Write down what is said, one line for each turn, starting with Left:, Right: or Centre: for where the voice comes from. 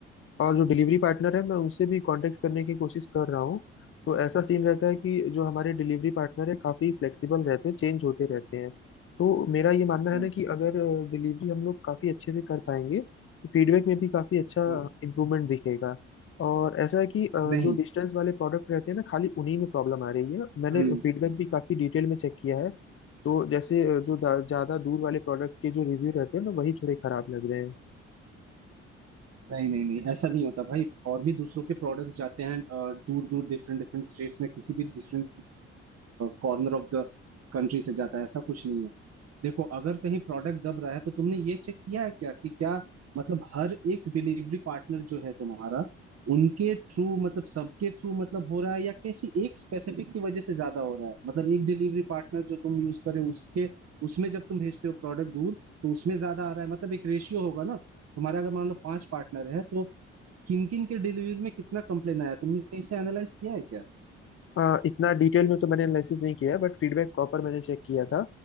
Left: और जो डिलीवरी पार्टनर है मैं उनसे भी कांटेक्ट करने की कोशिश कर रहा हूँ तो ऐसा सीन रहता है कि जो हमारे डिलीवरी पार्टनर है काफ़ी फ्लेक्सिबल रहते हैं चेंज होते रहते हैं तो मेरा ये मानना है
Right: हम्म
Left: ना कि अगर डिलीवरी हम लोग काफ़ी अच्छे से कर पाएंगे तो फीडबैक में भी काफ़ी अच्छा
Right: हम्म,
Left: इम्प्रूवमेंट दिखेगा और ऐसा है कि अ,
Right: नहीं
Left: जो डिस्टेंस वाले प्रोडक्ट रहते हैं ना खाली उन्हीं में प्रॉब्लम आ रही है मैंने
Right: हम्म
Left: फीडबैक भी काफ़ी डिटेल में चेक किया है तो जैसे अ, जो ज़्यादा दूर वाले प्रोडक्ट के जो रिव्यू रहते हैं ना वही थोड़े खराब लग रहे हैं
Right: नहीं नहीं नहीं ऐसा नहीं होता भाई और भी दूसरों के प्रोडक्ट्स जाते हैं दूर दूर डिफरेंट डिफरेंट स्टेट्स में किसी भी different corner of the country से जाता है ऐसा कुछ नहीं है देखो अगर कहीं प्रोडक्ट दब रहा है तो तुमने ये चेक किया है क्या कि क्या मतलब हर एक डिलीवरी पार्टनर जो है तुम्हारा उनके थ्रू मतलब सबके थ्रू मतलब हो रहा है या किसी एक स्पेसिफिक की वजह से ज्यादा हो रहा है मतलब एक डिलीवरी पार्टनर जो तुम यूज करे उसके उसमें जब तुम भेजते हो प्रोडक्ट दूर तो उसमें ज्यादा आ रहा है मतलब एक रेशियो होगा ना तुम्हारा अगर मान लो पांच पार्टनर है तो किन किन के डिलीवरी में कितना कंप्लेन आया तुमने इसे एनालाइज किया है
Left: आ, इतना डिटेल में तो मैंने एनालिसिस नहीं किया है बट फीडबैक प्रॉपर मैंने चेक किया था